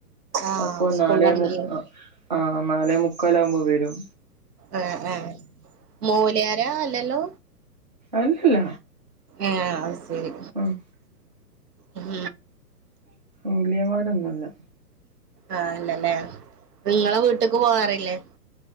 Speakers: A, on the right (about 70°); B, on the right (about 30°).
A: ആഹ്
B: അപ്പൊ
A: സ്കൂൾ
B: നാലേ
A: വണ്ടിയോ
B: മു ആഹാ നാലേ മുക്കാലാവുമ്പോ വെരും
A: ഏഹേ എഹേ മോല്യാരാ അല്ലല്ലോ?
B: അല്ലല്ല
A: ഏഹെ അഹ്സെരി
B: ഉം
A: ഉം
B: മൊലിയാമാരൊന്നൊല്ല
A: ആഹ് അല്ലലെ ഇങ്ങളെ വീട്ട്ക്ക് പോവാറില്ലേ?